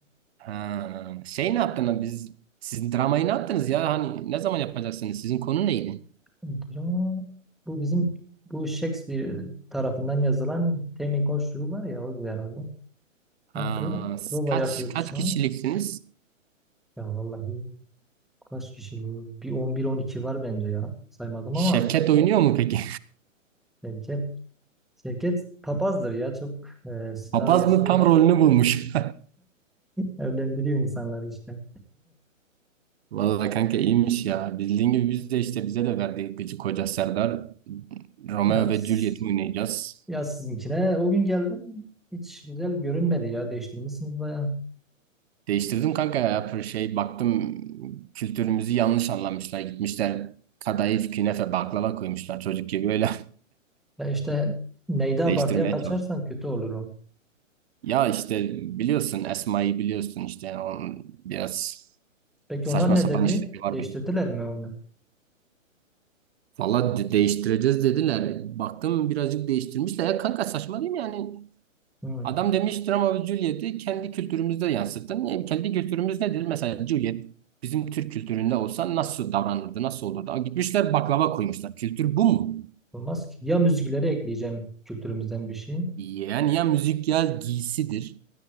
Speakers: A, on the right (about 50°); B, in the centre.
A: Ha, şey ne yaptınız biz sizin dramayı ne yaptınız ya hani ne zaman yapacaksınız sizin konu neydi?
B: Hocam, Bu bizim bu Shakespeare tarafından yazılan Temin Koşulu var ya o da herhalde.
A: Ha,
B: Yani pro-
A: s-
B: prova
A: kaç
B: yapıyoruz
A: kaç
B: şu
A: kişiliksiniz?
B: an. Ya vallahi kaç kişi? Bir on bir on iki var bence ya. Saymadım
A: Şevket
B: ama
A: oynuyor mu peki?
B: Şevket, Şevket papazdır ya çok
A: <laughs>
B: e, senaryosu
A: Papaz mı tam
B: yok.
A: rolünü bulmuş.
B: Evlendiriyor insanları işte.
A: <laughs> Vallahi kanka iyiymiş ya. Bildiğin gibi biz de işte bize de verdiği gıcık koca Serdar Romeo
B: Yaz,
A: ve Juliet'i oynayacağız.
B: yaz sizinkine. O gün geldim. Hiç güzel görünmedi ya. Değiştirmişsiniz bayağı.
A: Değiştirdim kanka ya bir şey baktım kültürümüzü yanlış anlamışlar gitmişler kadayıf künefe baklava koymuşlar çocuk gibi öyle
B: Ya işte neyde abartıya
A: <laughs> değiştirmeye
B: kaçarsan kötü olur o.
A: Ya işte biliyorsun Esma'yı biliyorsun işte onun biraz
B: Peki
A: saçma
B: onlar ne
A: sapan
B: dedi?
A: işleri var
B: Değiştirdiler
A: benim.
B: mi onu?
A: Valla de- değiştireceğiz dediler. Baktım birazcık değiştirmişler. Ya kanka saçma değil mi yani?
B: Hı,
A: Adam demiş drama ve Juliet'i kendi kültürümüzde yansıttın. E, kendi kültürümüz nedir? Mesela Juliet bizim Türk kültüründe olsa nasıl davranırdı, nasıl olurdu? Aa, Gitmişler baklava koymuşlar. Kültür bu mu?
B: Olmaz ki. Ya müzikleri ekleyeceğim kültürümüzden bir şey.
A: Yani ya müzik ya giysidir.